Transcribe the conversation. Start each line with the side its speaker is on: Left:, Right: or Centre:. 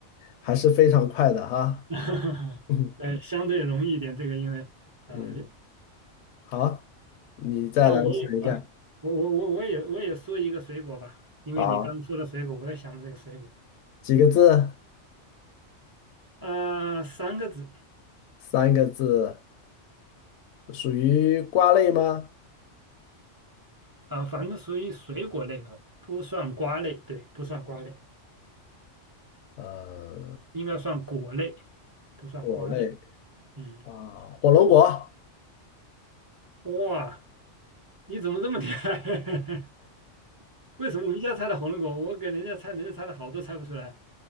Left: 还是非常快的哈。
Right: <laughs>
Left: <laughs> 嗯
Right: 呃，相对容易一点，这个因为呃，
Left: 嗯，好，你再来想一个。
Right: 那我也啊，我我我我也我也说一个水果吧，因为你刚刚说了水果，
Left: 好，
Right: 我也想了这个水果。
Left: 几个字？
Right: 啊、三个字。
Left: 三个字，属于瓜类吗？
Right: 啊，反正属于水果类吧，不算瓜类，对，不算瓜类，
Left: 呃，
Right: 应该算果类，不算瓜类。
Left: 果类
Right: 嗯，
Left: 啊，火龙果
Right: 哇，你怎么这么厉害？<laughs> 为什么你一下猜到火龙果？我给人家猜，人家猜的好多猜不出来。